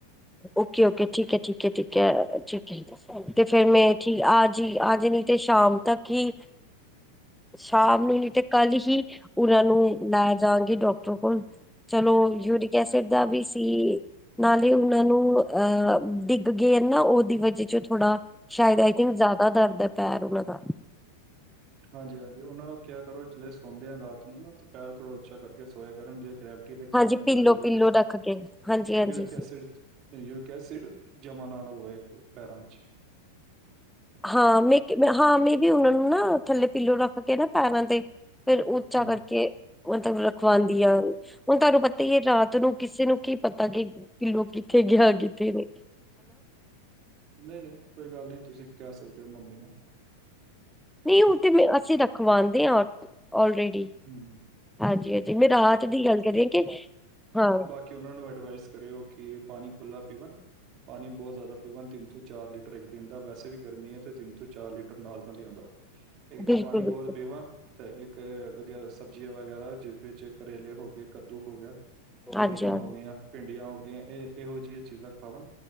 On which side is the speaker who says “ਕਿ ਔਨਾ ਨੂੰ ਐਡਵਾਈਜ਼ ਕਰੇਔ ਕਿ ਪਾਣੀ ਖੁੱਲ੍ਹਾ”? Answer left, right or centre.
Right